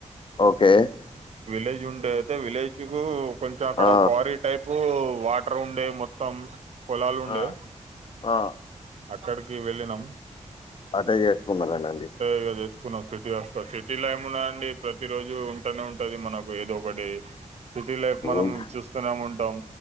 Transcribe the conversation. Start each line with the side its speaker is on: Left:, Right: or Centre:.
Left: ఓకే
Right: విలేజ్ ఉండే అయితే విలేజ్ కు కొంచెం అక్కడ
Left: ఆ
Right: కారి టైపు వాటర్ ఉండే మొత్తం పొలాలు ఉండే
Left: ఆ ఆ
Right: అక్కడికి వెళ్ళినం
Left: అటే చేసుకున్నారనండి
Right: ఇగా చేసుకున్నాం సిటీ వస్ సిటీ ఏము ఉన్నా అండి ప్రతి రోజు ఉంటనే ఉంటది మనకు ఏదో ఒకటి సిటీ లైఫ్ మనం
Left: ఇంకా
Right: చూస్తూనే ఉంటాం